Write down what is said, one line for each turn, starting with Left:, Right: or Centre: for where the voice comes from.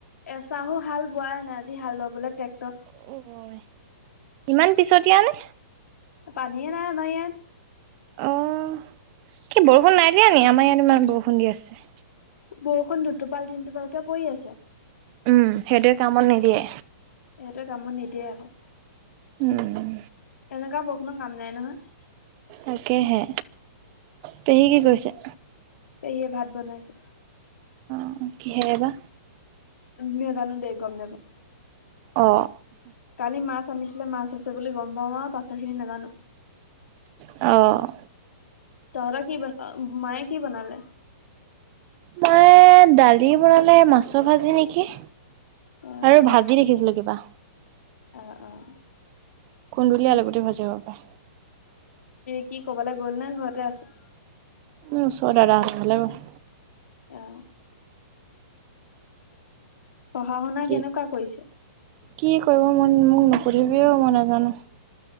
Left: এচাহো হাল বোৱাই নাই। আজি, হাল বাবলে টে
Right: <unintelligible> ইমান পিছতিয়া নে?
Left: পানীয়ে নাই, আমাৰ ইয়াত।
Right: অ'! কি বৰষুণ নাই দিয়া নি? আমাৰ ইয়াত ইমান বৰষুণ দি আছে।
Left: বৰষুণ, দুটোপাল-তিনিটোপালকে পৰি আছে।
Right: উম! সেইটোৱে কামত নিদিয়ে।
Left: সইটোৱে, কামত নিদিয়ে আকৌ।
Right: উম, উম।
Left: এনেকুৱা বৰষুনঅ কাম নাই নহয়
Right: তাকেহে, পেহী কি কৰিছে?
Left: পেহীয়ে ভাত বনাইছে
Right: অ কিহে বা
Left: নাজানো দেই গম নাপাওঁ
Right: অ
Left: কালি মাছ আনিছিলে মাছ আছে বুলি গম পাওঁ পাছৰ খিনি নাজানো
Right: অ
Left: তহঁত কি ব মায়ে কি বনালে?
Right: মায়ে দালি বনালে, মাছৰ ভাজি নেকি
Left: অ',
Right: আৰু ভাজি দেখিছিলো কিবা
Left: অঁ অঁ
Right: কুন্দুলি, আলুগুটি ভাজি হব পাৰে
Left: কি ক'বলে গ'ল নে ঘৰতে আছে?
Right: এ ওচৰ দাদাহঁতৰ ঘৰলে গল
Left: অ পঢ়া-শুনা
Right: কি
Left: কেনেকুৱা কৰিছ?
Right: কি কৰিব মন মোক নুসুধিবিও মই নাজানো